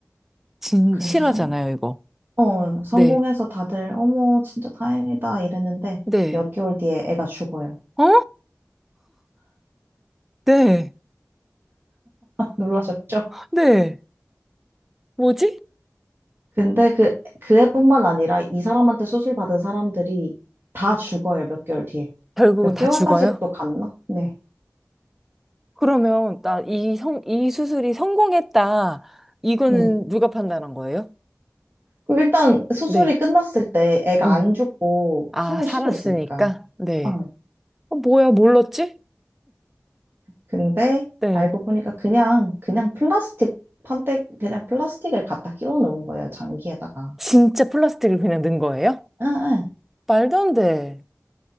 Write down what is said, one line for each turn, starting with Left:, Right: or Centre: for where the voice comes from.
Centre: 진,
Right: 그래서
Centre: 실하잖아요,
Right: 성,
Centre: 이거.
Right: 어, 성공해서
Centre: 네,
Right: 다들 어머 진짜 다행이다 이랬는데
Centre: 네,
Right: 몇 개월 뒤에 애가 죽어요.
Centre: 어? 네.
Right: 놀라셨죠?
Centre: 네. 뭐지?
Right: 근데 그, 그 애뿐만 아니라 이 사람한테 수술 받은 사람들이 다 죽어요 몇 개월 뒤에.
Centre: 결국은
Right: 몇
Centre: 다
Right: 개월까지
Centre: 죽어요?
Right: 또 갔나? 네.
Centre: 그러면 나 이 성, 이 수술이 성공했다. 이거는
Right: 네.
Centre: 누가 판단한 거예요?
Right: 그 일단 수술이
Centre: 네.
Right: 끝났을 때 애가
Centre: 음.
Right: 안 죽고
Centre: 아,
Right: 숨을
Centre: 살았으니까?
Right: 쉬고 있으니까.
Centre: 네.
Right: 어.
Centre: 어, 뭐야, 몰랐지?
Right: 근데
Centre: 네.
Right: 알고 보니까 그냥 그냥 플라스틱 판때 그냥 플라스틱을 갖다 끼워 놓은 거예요 장기에다가.
Centre: 진짜 플라스틱을 그냥 넣은 거예요?
Right: 응, 응.
Centre: 말도 안 돼.